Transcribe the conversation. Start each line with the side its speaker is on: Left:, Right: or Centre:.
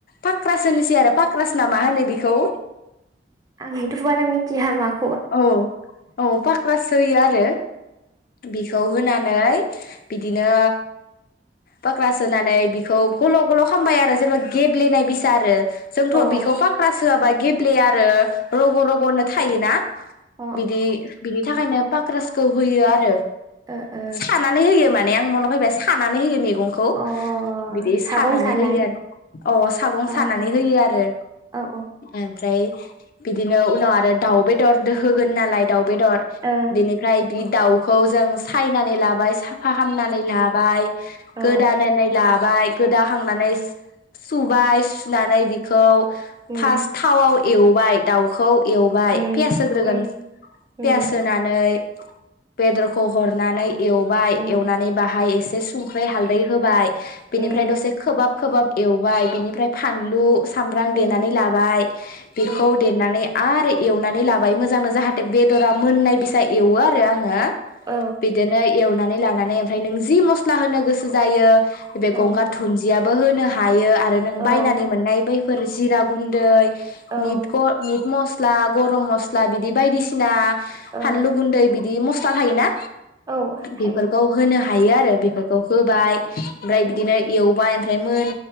Left: पाकक्रास होनिसै आरो पाकक्रास ब्ला मा होनो बिखौ?
Right: आंथ' बारा मिथिया माख
Left: औ औ पाकख्रास होयो आरो बिखौ होनान नै बिदिनो पाकक्रास होनानै बिखौ गल' गल' खामबाय आरो जेनेबा गेब्लेनाय बिसा आरो जोंथ'
Right: ओ औ
Left: बेखौ पाकक्रास होयाबा गेब फ्लेयो आरो रग' रग'नो थायोना?
Right: अ
Left: बिदि बिनि थाखायनोब पक्रासखौ होयो आरो।
Right: अ अ
Left: खानानै होयो मा नेयां मनफायबाय सानानै होयो मेगं गंखौ
Right: ओ
Left: बिदि
Right: अ सागं
Left: सानानै
Right: सानाय
Left: होयो आरो अ सागं
Right: अ औ
Left: सानानै होयो आरो
Right: औ
Left: एमफ्राय बिदिनो उनाव आरो दाउ बेदर होगोन नालाय दाउब बेदर
Right: ओ
Left: बेनिफ्राय बिड दाउखौ जों सायनानै लाबाय साफा खालामामनानै लाबाय
Right: औ
Left: गोदानानै ला बाय गोदाखांनानै सुबाय सुनानै बेखौ
Right: उम
Left: फार्स्ट थावाव एवबाय दाउखौ एवबाय
Right: उम
Left: पियास होग्रोगोन
Right: उम उम
Left: पियास होनानै बेदरखौ हरनानै एवबाय
Right: उम
Left: एवनानै बाहाय ए एसे संख्रै हालदै होबाय बिनिफ्राय
Right: उम
Left: दसे खोबाब खोबाब एवबाय बिनिफ्राय फानलु सामब्राम
Right: उम
Left: देनानै लाबाय बेखौ
Right: उम
Left: देनानै आरो एवना ननै लाबाय मोजां जाहाथे बेदरा मोननाय बेसा एवो आरो आङो
Right: औ
Left: बिदिनो एवना एवनानै लानानै ओमफ्राय नों जि मस्ला होनो गोसो जायो बे
Right: औ
Left: गंगार धुनन्जिया बो होनो हायो आरो नों
Right: औ
Left: बायनानै मोननाय बैफोर जिरा गुन्दै
Right: औ
Left: मिद ग मिद मस्ला ला गरम मस्ला बिदि बायदिसिना
Right: ओ
Left: बानलु गुन्दै बिदि म बाहायोना
Right: औ थायो
Left: बेफोरखौ होनो हा हायो आरो बेफोरखौ होबाय ओमफ्राय
Right: उम
Left: बिदिनो एवबाय ओमफ्राय मोन